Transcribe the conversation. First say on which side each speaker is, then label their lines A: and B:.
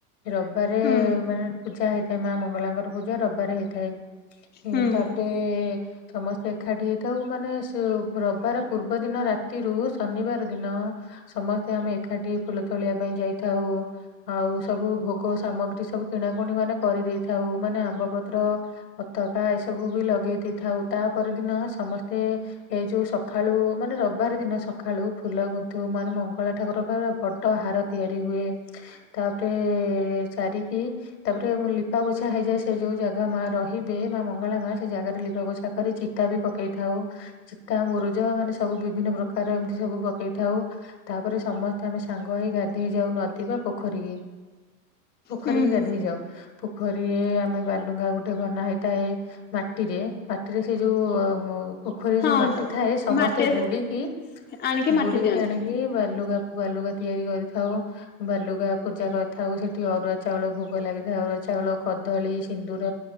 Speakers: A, on the left; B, on the left.
A: ରବାରେ
B: ହୁଁ
A: ମାନେ ପୂଜା ହେଇଥାଏ ମା ମଙ୍ଗଳାଙ୍କର ପୂଜା ରବାରେ ହେଇଥାଏ। ଏ
B: ହୁଁ।
A: ହେଁ ତାପରେ ସମସ୍ତେ ଏଖାଠି ହେଇଥାଉ ମାନେ ସେ ରବାରେ ପୂର୍ବ ଦିନ ରାତିରୁ ଶନିବାର ଦିନ ସମସ୍ତେ ଆମେ ଏଖାଠି ଫୁଲ ତୋଳିବା ପାଇଁ ଯାଇଥାଉ ଆଉ ସବୁ ଭୋ ଗ ସାମଗ୍ରୀ ସବୁ କିଣାକୁଣି ମାନେ କରିଦେଇଥାଉ ମାନେ ଆମ୍ବ ପତ୍ର ପତାକା ଏସବୁ ବି ଲଗେଇ ଦେଇଥାଉ ତା ପର ଦିନ ସମସ୍ତେ ଏଇ ଯୋଉ ସଖାଳୁ ମାନେ ରବାର ଦିନ ସଖାଳୁ ଫୁଲ ଗୁନ୍ଥିବୁ ମାନେ ମଙ୍ଗଳା ଠାକୁର କଇବେ ବଡ଼ ହାର ତିଆରି ହୁଏ ତାପରେ ଏ ସାରିକି ତାପରେ ମୁଁ ଲିପା ପୋଛା ହେଇଯାଏ ସେ ଯୋଉ ଜାଗା ମା ର ହିବେ ମା ମଙ୍ଗଳା ମା ସେ ଜାଗାରେ ଲିପା ପୋଛା କରି ଚିତା ବି ପକେଇ ଥାଉ। ଚିତା, ମୁରୁଜ ମାନେ ସବୁ ବିଭିନ୍ନ ପ୍ରକାର ଏମିତି ସବୁ ପକେଇଥାଉ। ତାପରେ ସମସ୍ତେ ଆମେ ସାଙ୍ଗ ହେଇ ଗାଧେଇ ଯାଉ ନଦୀ ବା ପୋଖରୀ କି। ପୋଖରୀ
B: ହୁଁ
A: କି ଗାଧେଇ
B: ହୁଁ
A: ଯାଉ। ପୋଖରୀ ଆମେ ବାଲୁକା ଗୋଟେ ବନା ହେଇଥାଏ ମାଟିରେ ମାଟିରେ ସେ ଯୋଉ ପୋଖରୀରେ
B: ହଁ
A: ଯୋଉ ମାଟି ଥାଏ ସମସ୍ତେ
B: ମାଟି
A: ବୁଡିକି
B: ଆଣିକି ମାଟି
A: ବୁଡିକି
B: ଦିଅନ୍ତି।
A: ଆଣି କି ବାଲୁକା ବାଲୁକା ତିଆରି କରିଥାଉ ବାଲୁକା ପୂଜା କରିଥାଉ ସେଠି ଠି ଅରୁଆ ଚାଉଳ ଭୋଗ ଲାଗିଥାଏ ଅରୁଆ ଚାଉଳ, କଦଳୀ, ସିନ୍ଦୁର